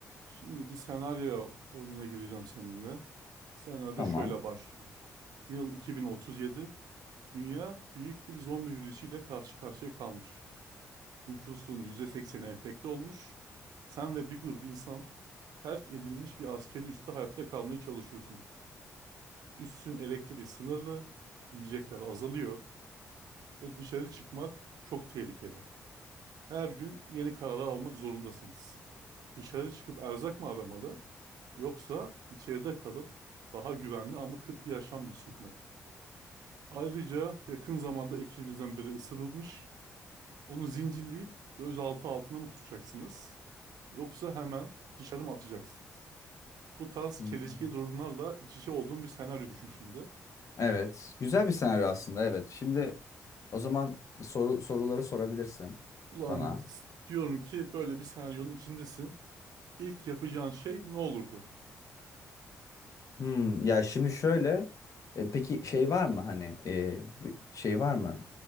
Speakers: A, on the right (about 75°); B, on the left (about 55°).
A: Şimdi bir senaryo oyununa gireceğim seninle. Senaryo
B: Tamam.
A: şöyle başlıyor. Yıl 2037. Dünya büyük bir zombi virüsüyle karşı karşıya kalmış. Nüfusun %80'i enfekte olmuş. Sen ve bir grup insan terk edilmiş bir askeri üste hayatta kalmaya çalışıyorsunuz. Üssün elektriği sınırlı, yiyecekler azalıyor ve dışarı çıkmak çok tehlikeli. Her gün yeni kararlar almak zorundasınız. Dışarı çıkıp erzak mı aramalı yoksa içeride kalıp daha güvenli ama kıt bir yaşam mı sürmeli? Ayrıca yakın zamanda ekibinizden biri ısırılmış. Onu zincirleyip gözaltı altına mı tutacaksınız? Yoksa hemen dışarı mı atacaksınız? Bu tarz
B: Hmm.
A: çelişki durumlarla iç içe olduğum bir senaryo düşün şimdi.
B: Evet. Güzel bir senaryo aslında. Evet. Şimdi o zaman soru soruları sorabilirsin
A: Ulan
B: bana.
A: s- diyorum ki böyle bir senaryonun içindesin. İlk yapacağın şey ne olurdu?
B: Hmm, ya şimdi şöyle. e, peki şey var mı hani e, bu- şey var mı?